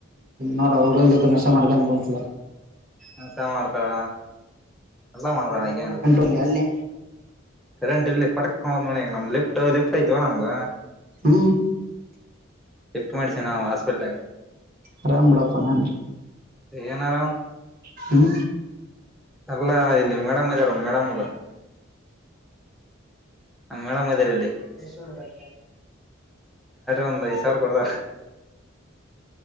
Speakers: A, on the right (about 45°); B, in the centre.
A: ನೋಡರು ಹುಡು ಜತೆ ನಷ್ಟ ಮಾಡ್ಲಿ ಅನ್ಕೊಂತ
B: ಹಸ ಮಾಡ್ತಾವ ಎಲ್ಲ ಮಾಡ್ತಾವ ಈಗ
A: ಅಂಟಲ್ಲಿ ಅಲ್ಲಿ
B: ಕರೆಂಟ್ ಇಲ್ಲಿ ಪಡಕ ನೋಡಿ ನಮ್ ಲೆಫ್ಟ್ ಲೆಫ್ಟ್ ಆಯ್ತವಾ ನಮಗ
A: ಹ್ಮ್
B: ಶಿಫ್ಟ್ ಮಾಡಸೇ ನಾವು ಹಾಸ್ಪಿಟ್ಲ
A: ಆರಂ ಬಿಡಪ್ಪ ಹಂಗೇಂದ್ರೆ
B: ದಏನಾರ
A: ಹ್ಮ್
B: ಅಲ್ಲಾ ಇಲ್ಲಿ ಮೇಡಮ್ ಅದಾರ ಮೇಡಮ್ ನಮ್ಮೇಡಮ್ಮದರಲ್ಲಿ ಸ್ಯರಿ ಒಂದ್ ಐದ್ ಸಾವಿರ ಕೊಡದಾರ